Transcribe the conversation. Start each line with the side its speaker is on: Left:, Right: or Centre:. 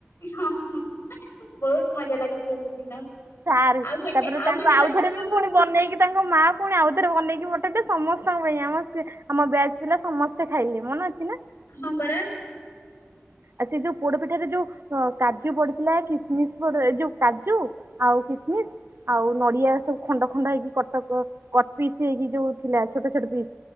Left: ହ ହଁ ବହୁତ ମଜା ଲାଗିଥିଲା ସେଦିନ।
Right: ସାର୍
Left: ଆଉ ଗୋଟେ
Right: ତାପରେ
Left: ଆଉ
Right: ତାଙ୍କୁ
Left: ଗୋଟେ
Right: ଆଉଥରେ
Left: କଥା
Right: ବି
Left: ମନେ
Right: ପୁଣି ବନେଇକି ତାଙ୍କ ମା ପୁଣି ଆଉଥରେ ବନେଇକି ପଠେଇଲେ ସମସ୍ତଙ୍କ ପାଇଁ ଆମ ସେ ଆମ ବ୍ୟାଚ ପିଲା ସମସ୍ତେ ଖାଇଲେ ମନେ ଅଛି ନା।
Left: ହଁ ପରା।
Right: ଆଉ ସେ ଯୋଉ ପୋଡପିଠାରେ ଯୋଉ କାଜୁ ପଡିଥିଲା କିସମିସ ପଡ ଏ ଯୋଉ କାଜୁ ଆଉ ଖିସମିସ୍। ଆଉ ନଡିଆ ସବୁ ଖଣ୍ଡ ଖଣ୍ଡ ହେଇକି କଟ କଟ ପିସ୍ ହେଇକି ଯୋଉ ଥିଲା ଛୋଟ ଛୋଟ ପିସ୍।